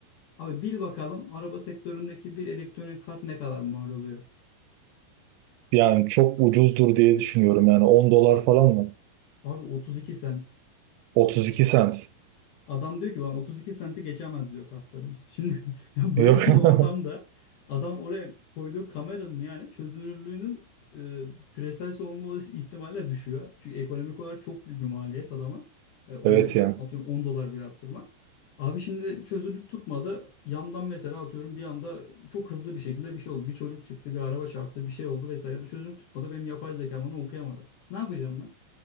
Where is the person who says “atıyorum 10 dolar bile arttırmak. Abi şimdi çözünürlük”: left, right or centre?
Left